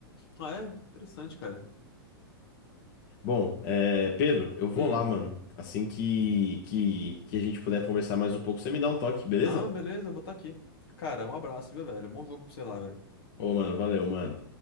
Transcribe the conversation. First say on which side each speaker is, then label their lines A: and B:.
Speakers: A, on the left; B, on the left.
A: Ah, é? Interessante, cara.
B: Bom, é, Pedro, eu vou
A: Hum.
B: lá, mano. Assim que, que, que a gente puder conversar mais um pouco, você me dá um toque, beleza?
A: Não, beleza, vou estar aqui. Cara, um abraço, viu, velho? Bom jogo pra você lá, velho.
B: Ô, mano, valeu, mano.